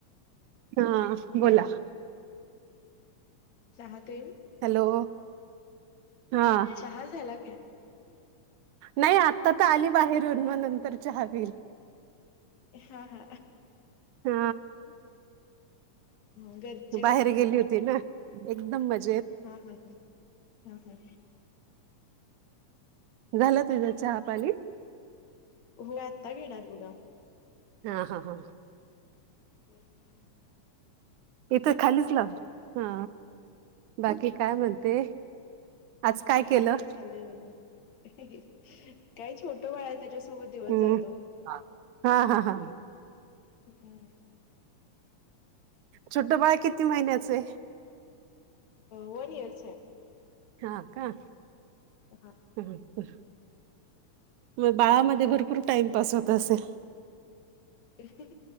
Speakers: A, on the right; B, on the left.
A: हा बोला.
B: हा हा चहा दे
A: हॅलो हा..
B: चहा झाला काय?
A: नाही आत्ता तर आली बाहेरून म नंतर चहा पिल.
B: हा हा.
A: हा
B: घरचे
A: बाहेर
B: कसे आहेत
A: गेली होती होती ना एकदम मजे
B: हा हा हा हा हा.
A: झाला तुझा चहा, पाणी?
B: हो मी आत्ता घेणार बघा.
A: हा हा हा.
B: हम्म, हम्म.
A: इथं खालीच लाव हा बाकी काय म्हणते? आज
B: काय
A: केलं?
B: नाही चाललंय बाघा, काही छोट बाळ- त्याच्यासोबत दिवस
A: हम्म
B: जातो.
A: हा हा हा.
B: <inaudible>
A: छोटं बाळ किती महिन्याच हाय?
B: वन इयरच आहे.
A: हा का?
B: हा
A: <inaudible> मग बाळामध्ये भरपूर टाइमपास होत असेल?
B: <inaudible>